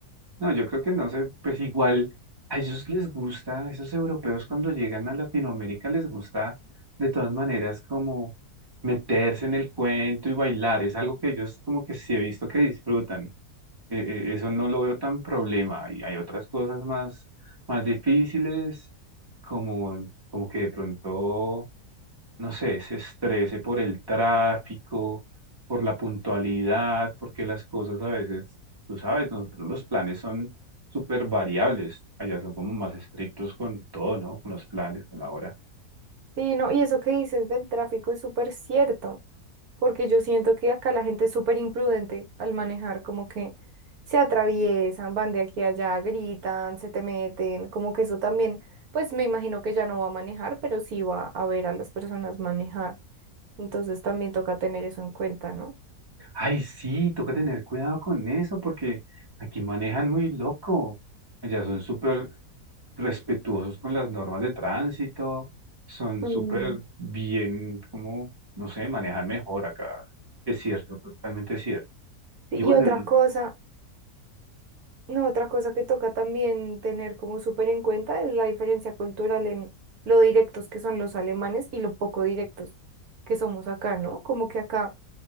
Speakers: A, on the right; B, on the right.
A: No, yo creo que no sé, pues igual a ellos les gusta, a esos europeos cuando llegan a Latinoamérica les gusta de todas maneras como meterse en el cuento y bailar. Es algo que ellos como que sí he visto que disfrutan. eh, eh, eso no lo veo tan problema. Y hay otras cosas más, más difíciles, como, como que de pronto, no sé, se estrese por el tráfico, por la puntualidad, porque las cosas a veces, tú sabes, nosotros los planes son súper variables. Allá son como más estrictos con todo, ¿no? Con los planes, con la hora.
B: Sí, no, y eso que dices del tráfico es súper cierto. porque yo siento que acá la gente es súper imprudente al manejar, como que se atraviesan, van de aquí a allá, gritan, se te meten, como que eso también, pues me imagino que ya no va a manejar, pero sí va a ver a las personas manejar. Entonces también toca tener eso en cuenta, ¿no?
A: Ay, sí, toca tener cuidado con eso porque aquí manejan muy loco. Allá son súper respetuosos con las normas de tránsito, son
B: Mm,
A: súper bien, como, no sé, manejan mejor acá. Es cierto, totalmente cierto.
B: sí,
A: Y bueno,
B: y otra
A: el-
B: cosa, no, otra cosa que toca también tener como súper en cuenta es la diferencia cultural en lo directos que son los alemanes y lo poco directos que somos acá, ¿no? Como que acá